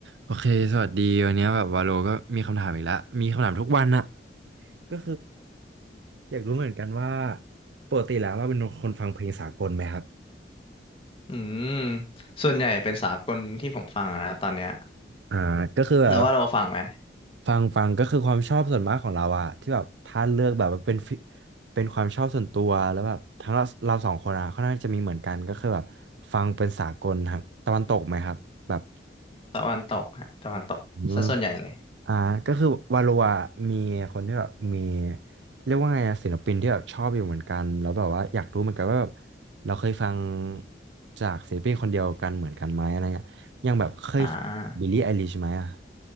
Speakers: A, on the right (about 80°); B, on the left (about 30°).
A: โอเคสวัสดีวันนี้แบบวาโลก็มีคำถามอีกแล้วมีคำถามทุกวันอะก็คืออยากรู้เหมือนกันว่าปกติแล้วเราเป็นคนฟังเพลงสากลไหมครับ
B: <laughs> อืมส่วนใหญ่เป็นสากลที่ผมฟังอะนะตอนเนี้ย
A: อ่าก็คือแบบ
B: แล้วว่าเราฟังไหม
A: ฟังฟังก็คือความชอบส่วนมากของเราอะที่แบบถ้าเลือกแบบว่าเป็นฟิเป็นความชอบส่วนตัวแล้วแบบทั้งเราเราสองคนอะค่อนข้างจะมีเหมือนกันก็คือแบบฟังเป็นสากลทางตะวันตกไหมครับแบบ
B: ตะวันตกฮะตะวันตกซะส่วนใหญ่เลย
A: อืม อ่าก็คือวาโลอะมีคนที่แบบมีเรียกว่าไงอะศิลปินที่แบบชอบอยู่เหมือนกันแล้วแบบว่าอยากรู้เหมือนกันว่าแบบเราเคยฟังจากศิลปินคนเดียวกันเหมือนกันไหมอะไรเงี้ยอย่างแบบเคย
B: อ่า
A: บิลลี่ไอลิชไหมอะ